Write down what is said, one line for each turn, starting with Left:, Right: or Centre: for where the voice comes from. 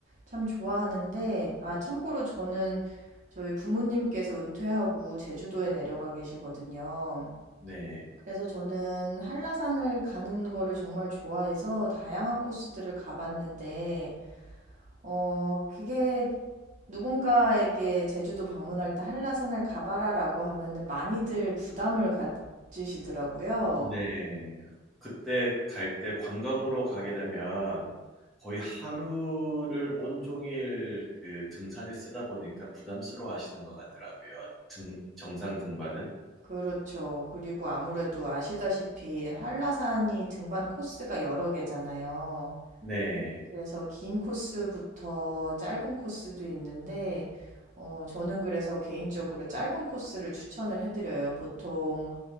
Right: 참 좋아하는데, 아, 참고로 저는 저희 부모님께서 은퇴하고 제주도에 내려가 계시거든요.
Centre: 네.
Right: 그래서 저는 한라산을 가는 거를 정말 좋아해서 다양한 코스들을 가봤는데, 어, 그게 누군가에게 제주도 방문할 때 한라산을 가봐라라고 하면은 많이들 부담을 가지시더라고요.
Centre: 네. 그때 갈 때 관광으로 가게 되면 거의 하루를 온종일 그 등산에 쓰다 보니까 부담스러워 하시는 것 같더라고요. 등, 정상 등반은.
Right: 그렇죠. 그리고 아무래도 아시다시피 한라산이 등반 코스가 여러 개잖아요.
Centre: 네.
Right: 그래서 긴 코스부터 짧은 코스도 있는데, 어, 저는 그래서 개인적으로 짧은 코스를 추천을 해드려요. 보통